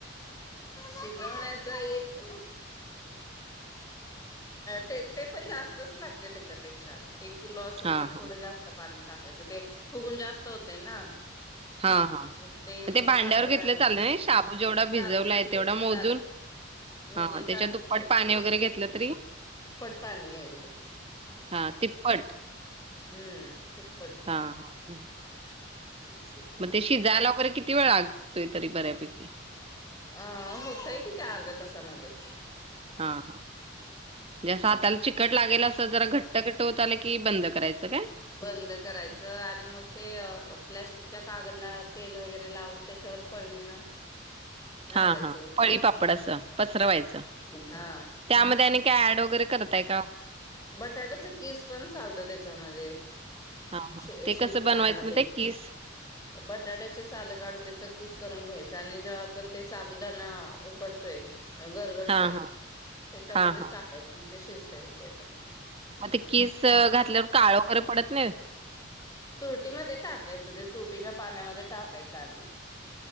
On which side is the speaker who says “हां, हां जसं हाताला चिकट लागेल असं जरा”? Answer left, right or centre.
Right